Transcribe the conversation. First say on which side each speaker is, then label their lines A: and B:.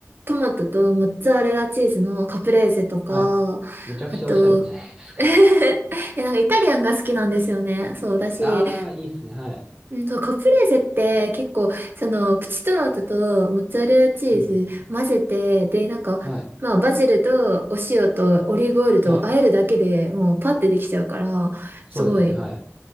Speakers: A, on the right; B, on the right.
A: トマトとモッツァレラチーズのカプレーゼとか、
B: はい。むちゃくちゃおしゃれじゃないですか。
A: あと、<laughs> いや、なんかイタリアンが好きなんですよね。そうだし、
B: ああ、いいっすね。はい。
A: うんと、カプレーゼって結構、その、プチトマトとモッツァレラチーズ混ぜて、
B: うんうんうん
A: で、なんか、
B: はい。
A: まあ、バジルとお塩とオリーブオイルと和えるだけでもうパッてできちゃうから、
B: はい。そうですね。
A: すごい
B: はい。